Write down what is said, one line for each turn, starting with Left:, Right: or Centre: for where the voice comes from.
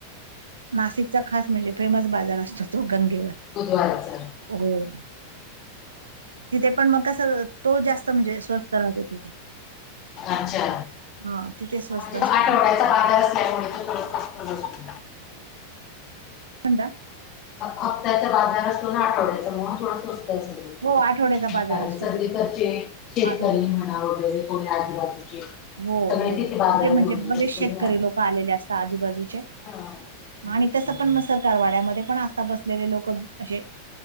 Right: नाशिकचा खास म्हणजे फेमस बाजार असतो तो गंगेवर
Left: बुधवारचा
Right: हो. तिथे पण मग कस तो जास्त म्हणजे स्वस्थ राहतो तिथे
Left: अच्छा
Right: हां तिथे स्वस्त
Left: म्हणजे
Right: असते
Left: आठवड्याचा बाजार असल्यामुळे सगळ स्वस्तच असत
Right: होंडा
Left: हप्त्याच्या बाजार असतो ना आठवड्याचं मणून थोड स्वस्त असत
Right: हो आठवड्याचा बाजार
Left: कारण
Right: असतो
Left: सगळे
Right: तिथे
Left: कसे शेतकरी
Right: आठवड्याचा.
Left: म्हणा वगैरे थोडे आजूबाजूचे
Right: हो
Left: सगळे
Right: हो
Left: बाजार
Right: तिथे म्हणजे
Left: घेऊन येत
Right: बरेच
Left: असतील
Right: शेतकरी
Left: ना
Right: लोक आलेले असतात आजूबाजूचे
Left: हा. हम्म.
Right: आणि तसं पण मसरकारवाड्यामध्ये पण आता बसलेले लोक असे